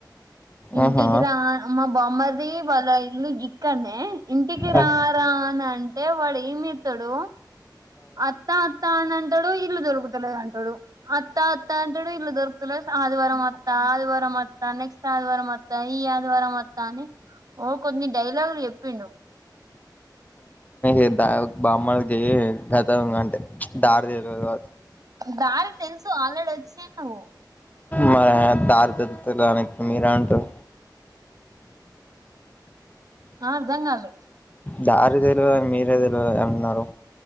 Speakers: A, on the right; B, on the left.
A: ఇంటికిరా
B: ఆహా
A: మ బామ్మరిది వాళ్ళ ఇల్లు గిక్కనేే ఇంటికి
B: ఆ
A: రారా అని అంటే వాడు ఏం చెత్తడు అత్త అత్తా అనంటాడు ఇల్లు దొరుకుతులేదు అంటాడు అత్తా అత్తా అంటాడు ఇల్లు దొరుకుతులేదు ఆదివారం అత్తా ఆదివారం మత్తా నెక్స్ట్ ఆదివారం మత్తా ఈ ఆదివార మత్తా అని ఓ కొన్ని డైలాగులు చెప్పిండు
B: ఏ ద్దాగు బామ్మర్దికి గత అంటే దారి తెల్వదు
A: దారి తెలుసు ఆలర్డీ అచ్చిండు
B: మర దార్క్తేలేదనిప్పు మీరే అంటరు
A: ఆ అర్ధంగాలే
B: దారి తెల్వదని మీరే తెల్వద అన్నారు